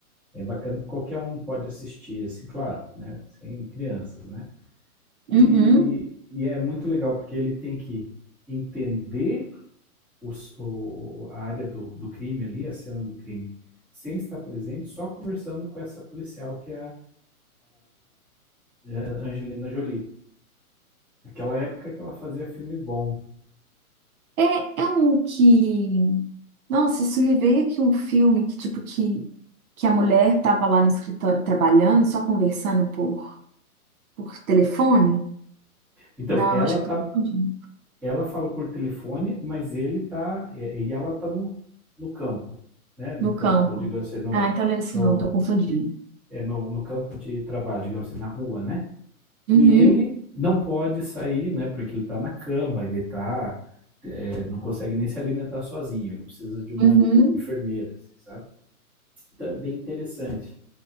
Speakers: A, in the centre; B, on the right.
A: É bacana que qualquer um pode assistir, assim, claro, né, sem crianças, né. E,
B: uhum.
A: e é muito legal, porque ele tem que entender os- o- a área do, do crime ali, a cena do crime, sem estar presente, só conversando com essa policial que é a Angelina Jolie. Naquela época que ela fazia filme bom.
B: É, é um que. Nossa, isso me veio aqui um filme que, tipo, que, que a mulher tava lá no escritório trabalhando, só conversando por, por telefone.
A: Então,
B: Não,
A: ela
B: eu acho
A: tá,
B: que eu tô confundindo.
A: ela fala por telefone, mas ele tá, e e ela tá no, no campo, né? No
B: No
A: campo,
B: campo.
A: digamos assim, no,
B: Ah, então não é isso
A: no,
B: não, eu tô confundindo.
A: é no, no campo de trabalho, digamos assim, na rua, né?
B: Uhum,
A: E ele não pode sair, né? Porque ele está na cama, ele tá, é, não consegue nem se alimentar sozinho. Ele precisa de uma
B: uhum.
A: enfermeira, assim, sabe? Então é bem interessante.